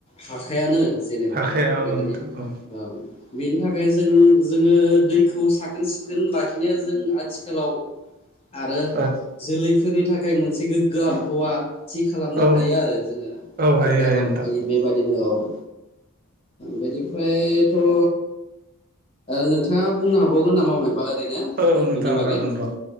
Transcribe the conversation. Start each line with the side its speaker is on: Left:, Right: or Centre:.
Left: हाखायानो जेनेबा
Right: हाखाया
Left: बेबायदि
Right: औ नोंथां औ
Left: ओम बेन थाखाय जों जोङो दैखौ साखोन सिखोन लाखिनाया जों आथिखालाव आरो
Right: औ
Left: जोलैफोरनि थाखाय मोनसे गोग्गो आभ्वा थि खालामनो
Right: औ
Left: हायो आरो जोङो
Right: हायो
Left: गोग्गो
Right: हायो
Left: आलाम
Right: नोंथां
Left: औ बेबायदिनो औ ओ बेनिफ्रायथ' ओ नोंथाङा बुंनो हाबावगोन नामा मायबा ओरैनो
Right: औ नोंथां
Left: बेनि बागै
Right: हागोन र'